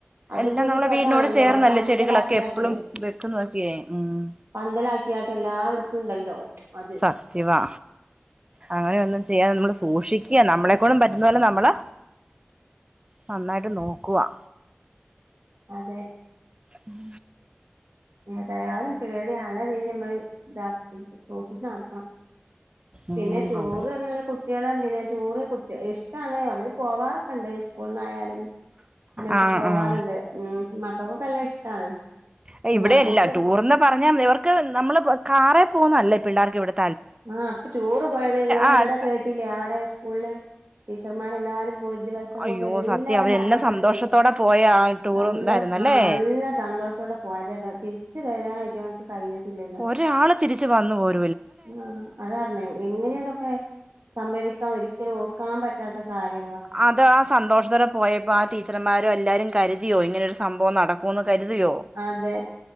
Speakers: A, on the right; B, on the right.
A: അതിപ്പോ
B: എല്ലാം
A: ഒരു
B: നമ്മളെ വീടിനോട്
A: ഇതാണല്ലോ
B: ചേർന്നല്ലേ
A: പന്തലാക്കിയാട്ട്
B: ചെടികളൊക്കെ എപ്പളും വെക്കുന്നൊക്കേ ഉം.
A: പന്തലാക്ക്യാട്ട് എല്ലായിടത്തുംണ്ടല്ലോ അത്
B: റ്റിവാ അങ്ങനെയൊന്നും ചെയ്യാതെ നമ്മള് സൂക്ഷിക്ക്യ നമ്മളെക്കൊണ്ടും പറ്റുന്ന പോലെ നമ്മള് നന്നായ്ട്ട് നോക്കുവാ.
A: അതെ
B: ഉം
A: ഏതായാലും പേട്യാ നല്ല രീതി നമ്മൾ ഇതാക്കണം സൂക്ഷിച്ച് നടക്കണം.
B: ഉം
A: പിന്നെ ടൂറ്
B: അതെ
A: പറഞ്ഞ കു കുട്ട്യളും പിന്നെ ടൂറ് കുട്ട ഇഷ്ടാണ് അവര് പോവാറൊക്കെ ഇണ്ട് സ്കൂൾന്നായാലും. പിന്നൊക്ക
B: ആഹ്
A: പോവാറ്ണ്ട്
B: ആഹ്
A: ഉം മക്കക്കൊക്കെ നല്ലെ ഇഷ്ടാണ്.
B: ഏഹ് ഇവിടെയല്ല
A: ഞമ്മക്ക്
B: ടൂർന്ന് പർഞ്ഞാ ഇവർക്ക് നമ്മള് കാറേ പോവുന്നേ അല്ല പിള്ളേർക്ക് ഇവ്ടെ
A: ആഹ് ഇപ്പൊ ടൂറ് പോയത് നിങ്ങള്
B: ആഹ്
A: ഇവടെ കേട്ടില്ലേ അവിടെ സ്കൂളില് ടീച്ചർമാരെല്ലാരും പോയി ദിവസം
B: അയ്യോ
A: കൊണ്ട് എല്ലാരും
B: സത്യം അവരെന്ന
A: മരണ പെട്ടില്ലേ
B: സന്തോഷത്തോടെ പോയ ആ ടൂറും
A: സന്തോ
B: ഇതായിരുന്നല്ലേ
A: ആ നല്ല സന്തോഷോടെ പോയതെല്ലേ തിര്ച്ച് വരാനയ്റ്റങ്ങക്ക് കഴിഞ്ഞിട്ടില്ലല്ലോ.
B: ഒരാള് തിരിച്ചു വന്നു പോയ്
A: ആ അതാർഞ്ഞെ എങ്ങനെയ ആഹ് അതാർഞ്ഞെ എങ്ങനെ ഇതൊക്കെ സംഭവിക്കാൻ ഒരിക്കലും ഓർക്കാൻ പറ്റാത്ത കാര്യ.
B: അതാ സന്തോഷത്തോടെ പോയപ്പോ ആ ടീച്ചർമ്മാരും എല്ലാരും കരുതിയോ ഇങ്ങനെരു സംഭവം നടക്കുമെന്ന് കരുതിയോ?
A: അതെ